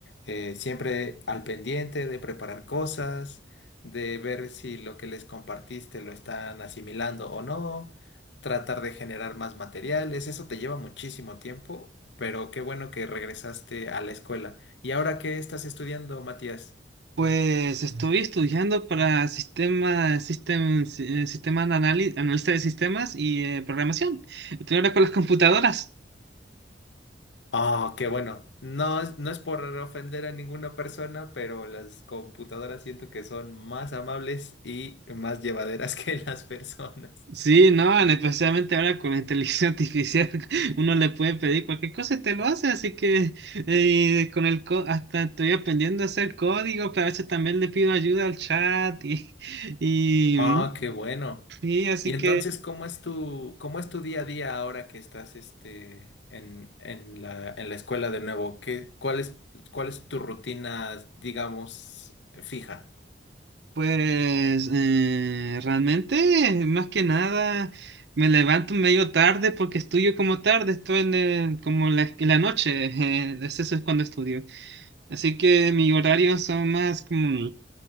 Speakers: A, on the left; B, on the right.
A: eh, siempre al pendiente de preparar cosas, de ver si lo que les compartiste lo están asimilando o no, tratar de generar más materiales. Eso te lleva muchísimo tiempo, pero qué bueno que regresaste a la escuela. ¿Y ahora qué estás estudiando, Matías?
B: Pues estuve estudiando para sistema, sistem- si- eh, sistema de anali- analista de sistemas y eh, programación. Estoy ahora con las computadoras.
A: Ah, qué bueno. No, es- no es por ofender a ninguna persona, pero las computadoras siento que son más amables y más llevaderas <laughs> que las personas.
B: Sí, no, especialmente ahora con la inteligencia artificial, <laughs> uno le puede pedir cualquier cosa y te lo hace, así que eh, con el co- hasta estoy aprendiendo a hacer código, pero a veces también le pido ayuda al chat y, y,
A: Ah, qué bueno.
B: y así
A: Y entonces,
B: que
A: ¿cómo es tu, cómo es tu día a día ahora que estás este, en, en la, en la escuela de nuevo? ¿Qué, cuál es, cuál es tu rutina, digamos, fija?
B: Pues eh, realmente, más que nada, me levanto medio tarde porque estudio como tarde, estoy en el- como la, en la noche, <laughs> eh, eso es cuando estudio. Así que mi horario son más como